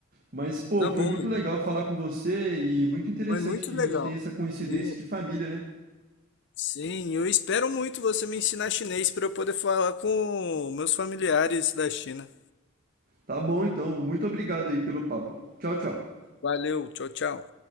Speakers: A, on the right; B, on the left.
A: mas, pô,
B: Tá
A: foi
B: bom,
A: muito
B: Igor.
A: legal falar com você e muito interessante
B: Foi muito
A: que
B: legal.
A: a gente tem essa coincidência
B: E
A: de família, né?
B: sim, eu espero muito você me ensinar chinês para eu poder falar com meus familiares da China.
A: Tá bom, então, muito obrigado aí pelo papo. Tchau, tchau.
B: Valeu, tchau, tchau.